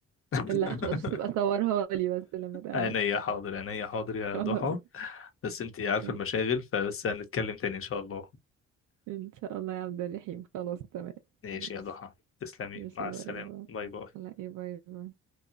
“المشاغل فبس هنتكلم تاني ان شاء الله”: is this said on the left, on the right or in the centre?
Left